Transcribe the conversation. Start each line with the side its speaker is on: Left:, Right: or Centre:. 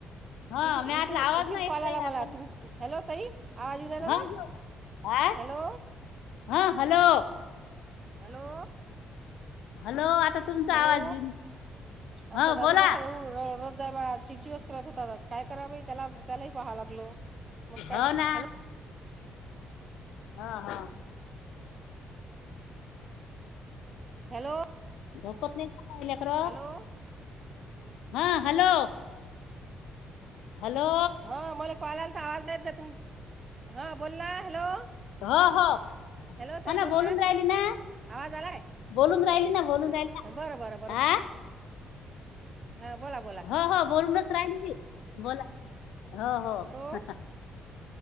Left: हा
Right: इकून,
Left: मी आतला
Right: इकून,
Left: आवाज
Right: इकून
Left: नाही
Right: कॉल
Left: येत
Right: आला
Left: नाही
Right: मला.
Left: आता
Right: तुम हॅलो ताई. आवाज येऊन राहीला
Left: हा
Right: ना?
Left: हो. हा
Right: हॅलो.
Left: हा, हॅलो.
Right: हॅलो.
Left: हॅलो आता तुमचा
Right: हॅलो,
Left: आवाज येऊन
Right: आमचा
Left: हा
Right: दादू
Left: बोला
Right: मोठा <unintelligible> रोज जाई मळ्यात. चिडचिडच करत होता आता काय करावं बाई त्याला त्यालाही पाहाव लागलो. मग काय
Left: होव
Right: करा
Left: ना.
Right: हॅलो
Left: हा हा.
Right: हॅलो.
Left: झोपत नाहीत काय लेकर?
Right: हॅलो
Left: हा हॅलो. हॅलो.
Right: हो मला कॉल आलता आवाज दच द तुम हां बोल ना, हॅलो.
Left: हो, हो.
Right: हॅलो ताई
Left: हो ना
Right: बोल
Left: बोलून राहिली ना.
Right: आवाज आलाय
Left: बोलून राहिली ना, बोलून राहिली ना.
Right: बरं बरं
Left: आ?
Right: हा बला बो
Left: हो हो बोलूनच राहिली मी. बोला हो
Right: हॅलो
Left: हो.